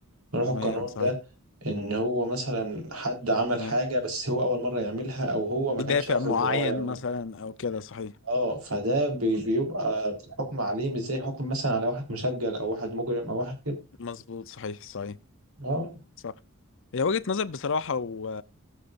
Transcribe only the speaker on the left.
تمام
صحيح
تمام
بدافع
معين
مثلا او كده صحيح
مظبوط صحيح صحيح
صح هي وجهة نظر بصراحة و